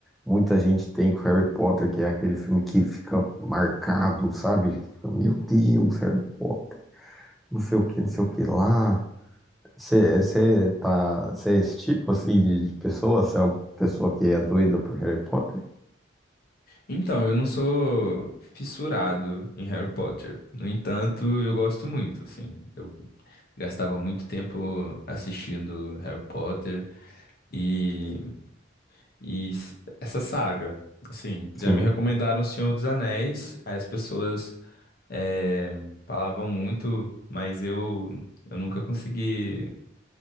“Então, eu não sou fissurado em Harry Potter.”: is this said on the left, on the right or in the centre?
Left